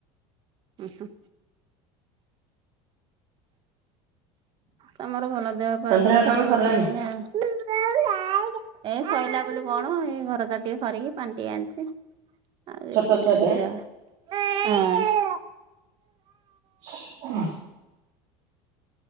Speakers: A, on the right; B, on the right.
A: ହୁଁ ହୁଁ ତମର ଭଲ ଦେହ ପାହା
B: ସନ୍ଧ୍ୟାବେଳ
A: ତମ
B: କାମ
A: ଏଣ
B: ସରିଲାଣି
A: କିଛି ନାହିଁ ଆଉ। ଏଇ ଶୋଇଲା ବୋଲ କଣ ଏଇ ଘର ତାର ଟିକେ ଖରିକି ପାଣି ଟିକେ ଆଣିଛି। ଆଗ
B: ଛୋଟ ଛୁଆଟେ
A: ଯା ହଁ
B: <inaudible>